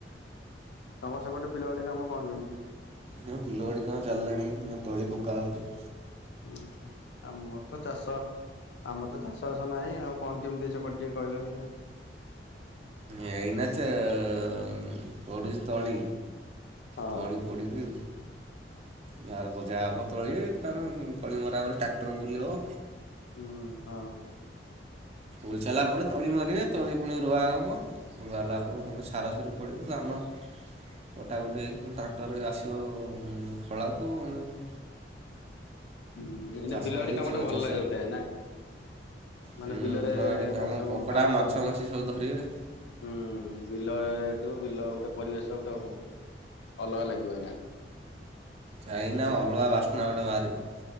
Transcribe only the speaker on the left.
ତମ ସେପଟେ ବିଲ ବାଡି କାମ କଣ କେମିତି?
ହୁଁ ଆମର ତ ଚାଷ ଆମର ତ ଚାଷ ନାହିଁ ଆଉ କଣ କେମିତି ସେପଟେ ଟିକେ କହିଲ ଦେଖିବା?
ହଁ
ହୁଁ ହଁ।
ହୁଁ ଏଇ
ବିଲା ବାଡି
କାମ ଟା ଭଲ
ଲାଗେ ଗୋଟେ ନା। ମାନେ
ବିଲରେ
ଏନା
ସବୁ
କାମ
କରୁଦେ।
ହୁଁ
ବିଲ ବିଲ ଗୋଟେ ପରିବେଶ ଗୋଟେ ଅଲଗା ଲାଗିବ ଏନା।